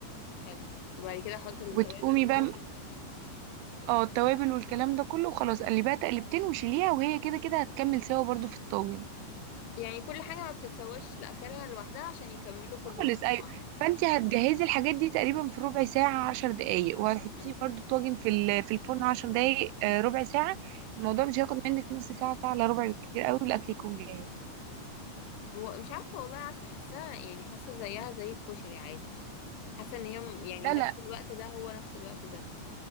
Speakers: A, on the left (about 85°); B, on the right (about 90°).
A: حلو وبعد كده احط التوابل
B: وتقومي
A: وكده
B: بقى اه التوابل والكلام ده كله وخلاص قلبيها تقلبتين وشيليها وهي كده كده هتكمل سوا برضو في الطاجن
A: يعني كل حاجة ما بتتسواش لآخرها لوحدها عشان يكملوا كلهم
B: خالص
A: مع
B: ايوه
A: بعض
B: فانت هتجهزي الحاجات دي تقريبا في ربع ساعه عشر دقايق وهتحطيه
A: امم
B: برضو طاجن في ال- في الفرن عشر دقايق آه، ربع ساعه الموضوع مش هياخد منك نص ساعه ساعه الا ربع بالكتير قوي الاكل يكون جاهز
A: ومش عارفة والله عارفة حاساها يعني حاسة زيها زي الكشري عادي حاسة ان هي م- يعني
B: لا لا
A: نفس الوقت ده هو نفس الوقت ده